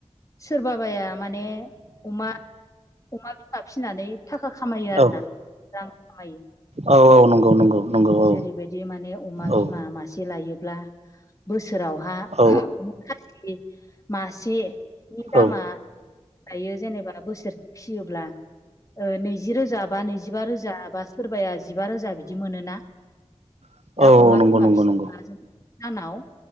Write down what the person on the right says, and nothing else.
औ
औ औ नंगौ नंगौ। नंगौ औ
औ
औ
औ
औ
औ नंगौ
नंगौ
नंगौ